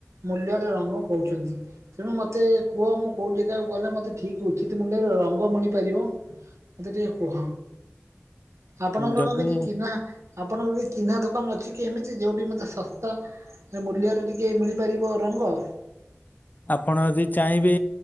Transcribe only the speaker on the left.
ଯଦି
ଆପଣ ଯଦି ଚାଁଇବେ